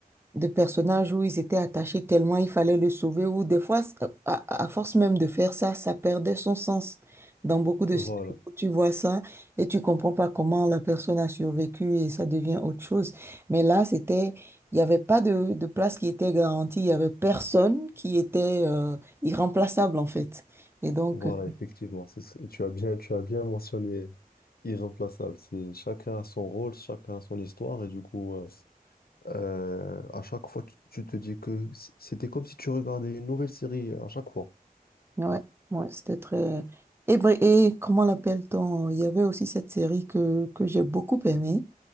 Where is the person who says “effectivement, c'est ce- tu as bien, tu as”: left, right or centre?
Left